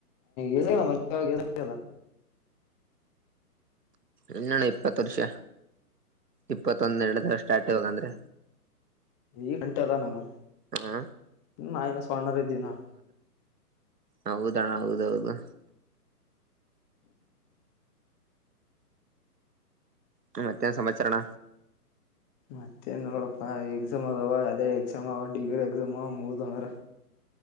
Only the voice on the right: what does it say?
ಇನ್ನಣ ಇಪ್ಪತ್ತು ವರ್ಷ ಇಪ್ಪತ್ತೊಂದೆಡ ವರ್ಷ ಸ್ಟಾರ್ಟ್ ಇಾಗ ಅಂದ್ರೆ
ಹಾ
ಹೌದಣ ಹೌದೌದು ್ಮ ಮತ್ತೆ ಸಂಾಚರರಣ